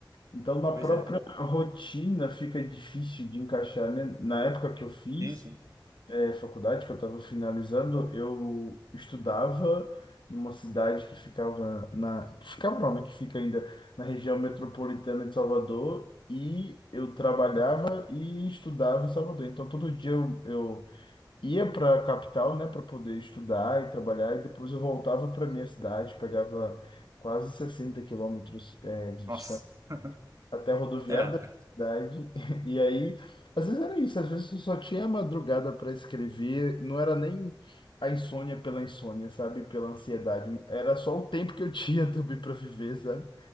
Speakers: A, on the left; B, on the right.
A: Então, na
B: pois
A: própria
B: é.
A: rotina fica difícil de encaixar, né? Na época que eu fiz,
B: Sim, sim.
A: é, faculdade que eu estava finalizando, eu estudava numa cidade que ficava na, que ficava não, né, que fica ainda na região metropolitana de Salvador e eu trabalhava
B: Uhum.
A: e estudava em Salvador. Então todo dia eu, eu ia para a capital, né, para poder estudar e trabalhar e depois eu voltava para minha cidade, pegava quase 60 quilômetros, é, de distância
B: Nossa. <laughs>
A: até a rodoviária
B: É,
A: da cidade. <laughs> E aí, às vezes era isso, às vezes eu só tinha a madrugada para escrever, não era nem a insônia pela insônia, sabe? Pela ansiedade. Era só o tempo que eu <laughs> tinha também para viver, sabe?